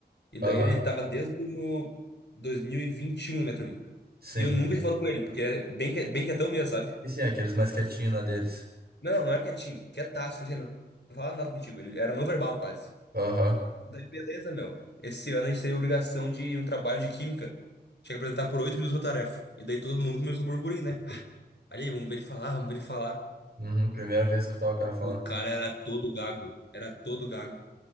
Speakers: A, on the left; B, on the right.
A: E daí
B: Aham.
A: ele tava desde o 2021 na minha turma.
B: Sim.
A: E eu nunca
B: sim.
A: tinha falado com ele, porque ele é bem, que- bem quietão mesmo, sabe?
B: E sim, aqueles mais quietinhos na deles.
A: Não, não não é quietinho, quietaço, assim, não falava nada contigo. Ele era não verbal quase.
B: Aham.
A: Daí, beleza, meu. Esse ano a gente teve a obrigação de um trabalho de química. Tinha que apresentar por oito minutos uma tarefa. E daí todo mundo começou a burburinho, né? Ali, vamos ver ele falar, vamos ver ele falar.
B: Uhum. Primeira vez que eu tava o cara falar.
A: O cara era todo gago, era todo gago.